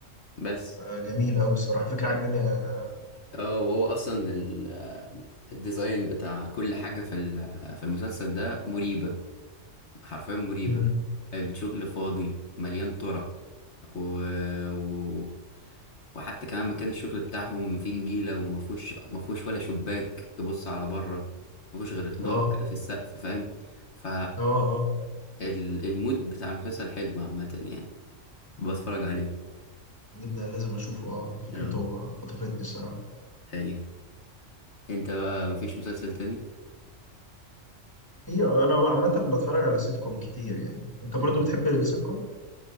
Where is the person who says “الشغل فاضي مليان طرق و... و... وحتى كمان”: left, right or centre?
Left